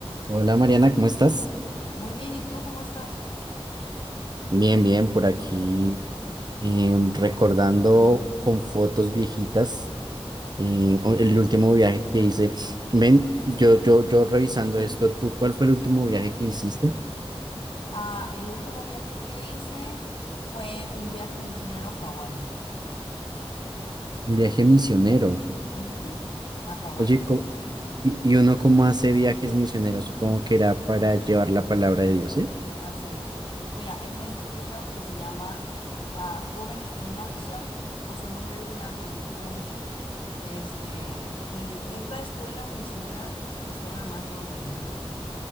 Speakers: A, on the right; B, on the left.
A: Hola Mariana, ¿cómo estás?
B: Muy bien, ¿y tú cómo estás?
A: Bien, bien, por aquí em, recordando con fotos viejitas eh, o- el último viaje que hice. Ven, yo, yo, yo revisando esto, ¿tú cuál fue el último viaje que hiciste?
B: Ah, el último viaje que hice fue un viaje misionero a Hawái.
A: Un viaje misionero.
B: Ujú, A Hawái,
A: Oye, co- y, y uno cómo hace viajes misioneros? Supongo que era para llevar la palabra de Dios, ¿sí?
B: así es. Mira, hay una institución que se llama ah, Jóvenes con una Misión, o su nombre original que es Youth with a Mission, este, y es la escuela misionera cristiana más grande del mundo, de hecho.